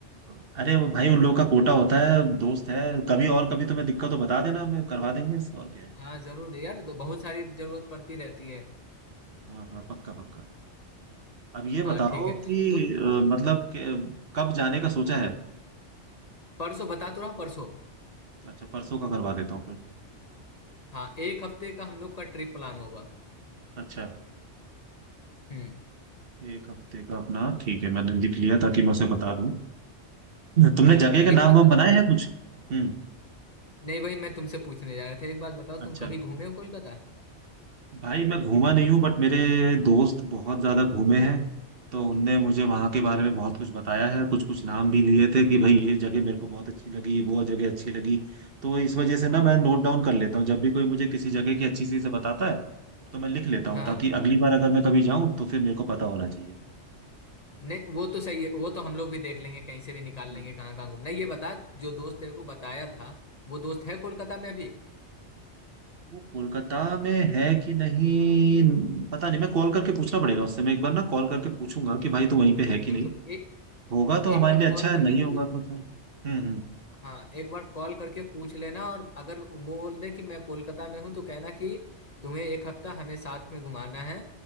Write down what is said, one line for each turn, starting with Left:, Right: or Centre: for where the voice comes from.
Right: अरे वो भाई उन लोगों का कोटा होता है दोस्त है कभी और कभी तुम्हें दिक्कत हो बता देना मैं करवा देंगे इससे और क्या है
Left: हाँ जरूर यार बहुत सारी जरूरत पड़ती रहती है
Right: हाँ हाँ पक्का पक्का अब ये बताओ
Left: हाँ ठीक है
Right: कि
Left: तो
Right: अ, मतलब कि, कब जाने का सोचा है
Left: परसों बता तो रहा हूँ परसों
Right: अच्छा परसों का करवा देता हूँ फिर
Left: हाँ एक हफ्ते का हम लोग का ट्रिप प्लान होगा
Right: अच्छा
Left: हम्म
Right: एक हफ्ते का अपना ठीक है मैंने लिख लिया ताकि मैं उसे बता दूं तुमने
Left: ठीक
Right: जगह
Left: है
Right: का नाम
Left: एक बात
Right: वाम
Left: बताओ
Right: बनाए हैं कुछ हम्म
Left: नहीं भाई मैं तुमसे पूछने जा रहा था एक बात बताओ
Right: अच्छा
Left: तुम कभी घूमे हो कोलकाता
Right: भाई मैं घूमा नहीं हूँ बट मेरे दोस्त बहुत ज्यादा घूमे हैं तो उनने मुझे वहां के बारे में बहुत कुछ बताया है कुछ कुछ नाम भी लिए थे कि भाई ये जगह मेरे को बहुत अच्छी लगी वो जगह अच्छी लगी तो इस वजह से ना मैं नोट डाउन कर लेता हूँ जब भी कोई मुझे किसी जगह की अच्छी चीज से बताता है तो मैं लिख लेता हूँ
Left: हाँ
Right: ताकि अगली बार अगर मैं कभी जाऊँ तो फिर मेरे को पता होना चाहिए
Left: नहीं वो तो सही है वो तो हम लोग भी देख लेंगे कहीं से भी निकाल
Right: हम्म।
Left: लेंगे कहाँ कहाँ घूमना है। ये बता जो दोस्त तेरे को बताया था वो दोस्त है कोलकाता में अभी
Right: वो कोलकाता में है कि नहीं पता नहीं मैं कॉल करके पूछना पड़ेगा उससे मैं एक बार ना कॉल करके पूछूंगा कि भाई तो वहीं पे है कि
Left: बिल्कुल
Right: नहीं
Left: एक
Right: होगा तो हमारे
Left: एक बार
Right: लिए अच्छा
Left: कॉल
Right: है
Left: करके
Right: नहीं होगा
Left: पूछ
Right: तो फिर हम्म हम्म
Left: हाँ एक बार कॉल करके पूछ लेना और अगर वो बोल दे कि मैं कोलकाता में हूँ तो कहना कि तुम्हें एक हफ्ता हमें साथ में घुमाना है